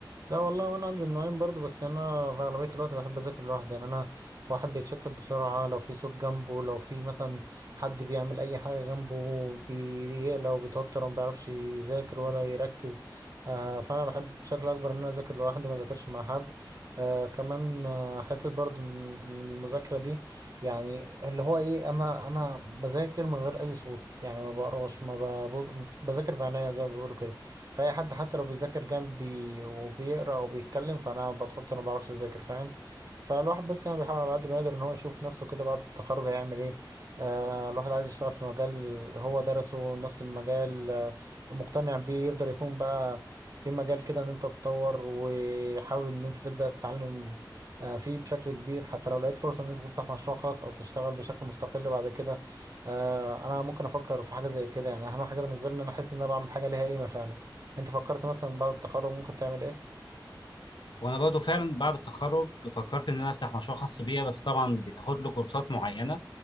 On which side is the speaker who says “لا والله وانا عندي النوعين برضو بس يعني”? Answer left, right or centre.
Right